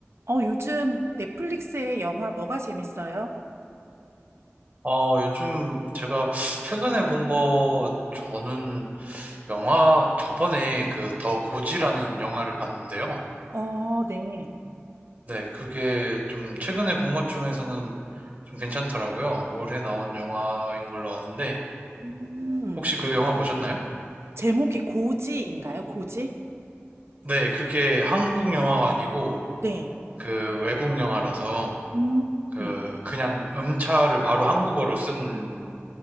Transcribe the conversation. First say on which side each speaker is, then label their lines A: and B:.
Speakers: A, on the right; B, on the right.
A: 어, 요즘 넷플릭스의 영화 뭐가 재밌어요?
B: 어, 요즘 제가 최근에 본 거, 저는 영화, 저번에 그 더 고지라는 영화를 봤는데요.
A: 어, 네.
B: 네, 그게 좀 최근에 본 것 중에서는 좀 괜찮더라고요. 올해 나온 영화인 걸로 아는데,
A: 음,
B: 혹시 그 영화 보셨나요?
A: 제목이 고지인가요? 고지?
B: 네, 그게 한국 영화가 아니고
A: 네.
B: 그 외국 영화라서
A: 음,
B: 그
A: 음,
B: 그냥 음차를 바로 한국어로 쓴